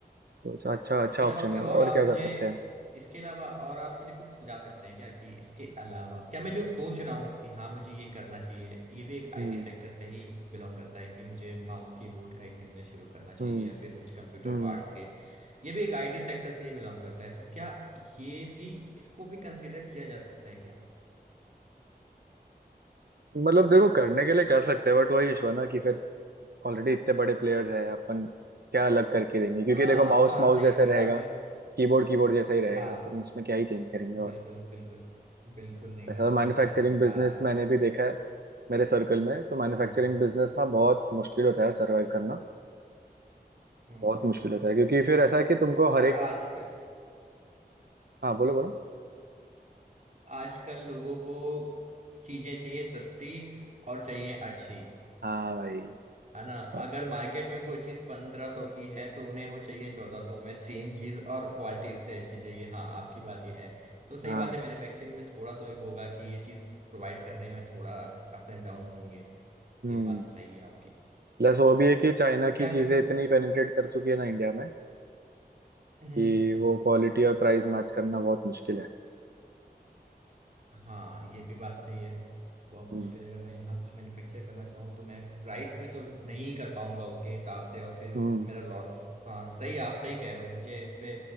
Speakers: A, on the right; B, on the right.
A: सोचा अच्छा अच्छा
B: इसके
A: ऑप्शन
B: अलावा कोई
A: है
B: और
A: और
B: आप
A: क्या
B: मुझे
A: कर सकते हैं
B: इसके अलावा और आप मुझे कुछ सुझा सकते हैं क्या कि इसके अलावा क्या मैं जो सोच रहा हूँ कि हाँ मुझे ये करना चाहिए ये भी एक आईटी
A: हम्म
B: सेक्टर से ही बिलोंग करता है कि मुझे माउस कीबोर्ड का एक बिजनेस शुरू करना चाहिए
A: हम्म
B: या फिर कुछ कंप्यूटर
A: हम्म
B: पार्ट्स के ये भी एक आईटी सेक्टर से ही बिलोंग करता है तो क्या ये भी इसको भी कंसिडर किया जा सकता है क्या
A: मतलब देखो करने के लिए कर सकते हैं बट वही इशू है ना कि फिर ऑलरेडी इतने बड़े प्लेयर्स हैं अपन क्या अलग करके देंगे क्योंकि
B: हाँ
A: देखो माउस
B: हाँ
A: माउस
B: नहीं
A: जैसे
B: नहीं
A: रहेगा
B: अब मैं
A: कीबोर्ड कीबोर्ड जैसा ही रहेगा
B: हाँ
A: अपन उसमें क्या ही चेंज करेंगे और
B: बिल्कुल बिल्कुल बिल्कुल नहीं
A: वैसे
B: कर
A: और
B: सकते
A: मैन्युफैक्चरिंग
B: चेंज
A: बिजनेस
B: आ
A: मैंने भी देखा है मेरे सर्कल में तो मैन्युफैक्चरिंग
B: हाँ
A: बिजनेस ना बहुत मुश्किल होता है सर्वाइव करना
B: हम्म
A: बहुत मुश्किल होता है क्योंकि फिर ऐसा है कि तुमको हर
B: और
A: एक
B: आजकल
A: हाँ बोलो बोलो
B: आजकल लोगों को चीजें चाहिए सस्ती और चाहिए अच्छी
A: हाँ भाई
B: है ना
A: हाँ
B: अगर मार्केट में कोई चीज पंद्रह सौ की है तो उन्हें वो चाहिए चौदह सौ में सेम चीज और क्वालिटी उससे अच्छी चाहिए हाँ आपकी बात यह है तो सही
A: हाँ,
B: बात है मैन्युफैक्चरिंग में थोड़ा तो ये होगा कि ये चीज प्रोवाइड करने में थोड़ा अप्स एंड डाउन होंगे
A: हम्म
B: ये बात सही है आपकी
A: प्लस वो भी है कि चाइना
B: पर क्या
A: की चीजें
B: कर
A: इतनी पेनिट्रेट कर चुकी है ना इंडिया में
B: हम्म
A: कि वो क्वालिटी और प्राइस मैच करना बहुत मुश्किल है
B: हाँ ये भी बात सही है बहुत
A: हम्म
B: मुश्किल है अगर मैं यहाँ कुछ मैन्युफैक्चर करना चाहूँ तो मैं प्राइस में तो नहीं कर पाऊंगा उसके हिसाब से और फिर
A: हम्म
B: मेरा लॉस हाँ सही आप सही कह रहे हो मुझे इस पे